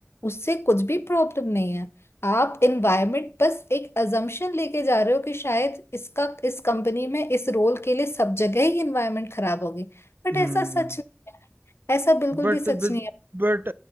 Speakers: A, on the left (about 75°); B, on the right (about 55°).
A: उससे कुछ भी प्रॉब्लम नहीं है आप एनवायरनमेंट बस एक अजम्पशन लेके जा रहे हो कि शायद इसका इस कंपनी में इस रोल के लिए सब जगह ही एनवायरनमेंट खराब होगी बट
B: हम्म
A: ऐसा सच नहीं है ऐसा बिल्कुल
B: बट
A: भी सच नहीं है
B: बट